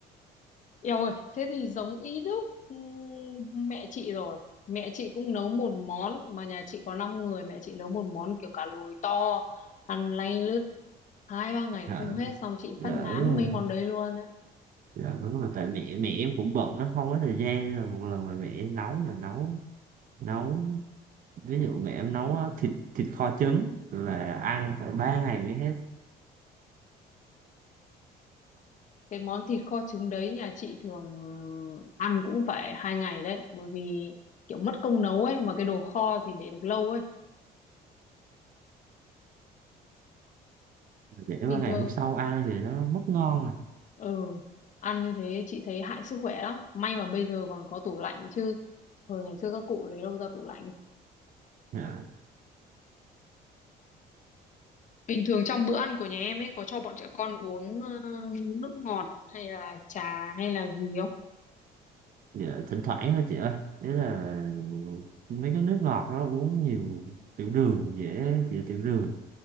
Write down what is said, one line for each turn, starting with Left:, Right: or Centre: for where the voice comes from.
Left: eo ơi thế thì giống ý đúc ừm, mẹ chị rồi mẹ chị cũng nấu một món mà nhà chị có 5 người mẹ chị nấu một món kiểu cá lùi to ăn lay lướt hai ba
Right: <laughs>
Left: ngày
Right: Dạ
Left: không
Right: đúng
Left: hết
Right: rồi.
Left: xong chị
Right: Dạ
Left: phát ngán
Right: đúng
Left: mấy
Right: rồi.
Left: món đấy luôn ấy
Right: Dạ đúng rồi. Tại mẹ mẹ em cũng bận á, không có thời gian rồi một lần mà mẹ em nấu là nấu nấu ví dụ mẹ em nấu á, thịt thịt kho trứng là ăn phải ba ngày mới hết.
Left: cái món thịt kho trứng đấy nhà chị thường ăn cũng phải hai ngày đấy bởi vì kiểu mất công nấu ấy mà cái đồ kho thì để được lâu ấy
Right: Để
Left: bình
Right: ba ngày
Left: thường
Right: hôm sau ăn thì nó mất ngon à.
Left: Ừ, ăn như thế chị thấy hại sức khỏe lắm. May mà bây giờ còn có tủ lạnh chứ. Hồi ngày xưa các cụ lấy đâu ra tủ lạnh.
Right: Dạ.
Left: Bình thường trong bữa ăn của nhà em ấy có cho bọn trẻ con uống ờ, nước ngọt hay là trà hay là gì không?
Right: dạ, thỉnh thoảng thôi chị ơi thế là mấy cái nước ngọt đó uống nhiều tiểu đường dễ bị tiểu đường